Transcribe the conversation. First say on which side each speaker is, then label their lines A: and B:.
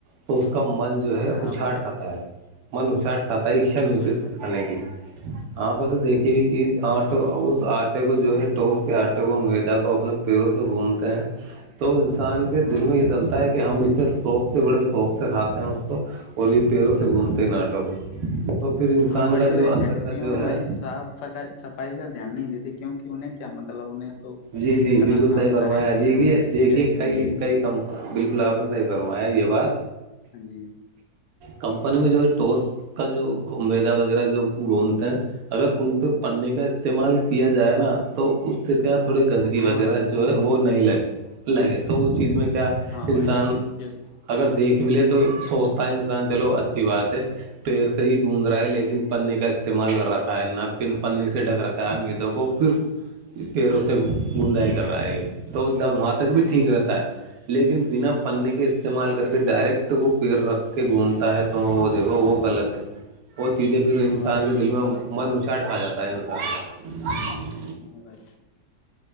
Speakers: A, on the right; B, on the left.
A: تو اس کا من جو ہے اچھٹ
B: ہاں بھائی
A: رہتا ہے من چاٹ کھا شا
B: وہ
A: نہیں
B: تو
A: ہوتی
B: ہے
A: اس
B: بھائی
A: کے کھانے کی آنکھوں سے دیکھی
B: ہاں جی
A: ہوئی چیز آٹ آرٹ جو ہے ٹوس کے آٹے کو میدا کو وہ اپنے پیروں سے بھونتے ہیں تو انسان کے
B: ہاں
A: دل
B: بھائی
A: میں یہ چلتا ہے کہ ہم انے شوق سے بڑے شوق سے کھاتے ہیں اس کو اور یہ پیروں سے گھومتے
B: ہاں
A: ہیں ان آٹو کو تو پھر انسان
B: ہاں بڑی
A: کا
B: بڑی
A: جو اندر
B: فیکٹریوں
A: کا جو
B: میں
A: ہے
B: بھائی صاف صفائی کا دھیان نہیں دیتے کیونکہ انہیں کیا مطلب انہیں تو
A: جی جی
B: جتنا
A: بالکل
B: کام
A: صحیح فرمایا
B: کریں گے
A: دیجیے
B: اتنے ہی
A: دیکھیے
B: پیسے
A: کئی
B: ملیں گے
A: کئی کمپ بالکل آپ نے صحیح فرمایا یہ بات
B: ہاں جی
A: کمپنی میں جو ہے ٹوس کا جو میدا وغیرہ جو گوند ہیں اگر ان پہ پنے کا استعمال کیا جائے نا تو اس سے کیا تھوڑی گندگی
B: ہاں
A: وغیرہ
B: بھائی
A: جو ہے وہ نہیں لگ <unintelligible> لگے تو اس چیز میں کیا <unintelligible>
B: ہاں
A: انسان
B: بھائی یہ
A: اگر دیکھ بھی لے تو <unintelligible> تو سوچتا ہے انسان چلو اچھی بات ہے پیر سے ہی گوندھ رہا ہے لیکن پنی کا استعمال کر رکھا ہے نہ پن پنی سے ڈھک رکھا ہے میدوں کو پھر <unintelligible> پھر اسے بوندائی کر رہا ہے یہ تو <unintelligible> وہاں تک
B: ہاں
A: بھی ٹھیک
B: بھائی
A: رہتا ہے لیکن بنا پنے
B: ہاں بھائی
A: کے استعمال کے <unintelligible> کر کے ڈائریکٹ وہ پیڑ رکھ کے گھندتا ہے تو وہ دیکھو وہ غلط ہے <unintelligible> وہ چیزیں پھر انسان
B: ہاں بھائی
A: کے
B: یہ
A: دل
B: تو
A: میں
B: غلط ہے
A: من اچاٹھا جاتا <unintelligible> ٹم سا <unintelligible>
B: ہاں <unintelligible>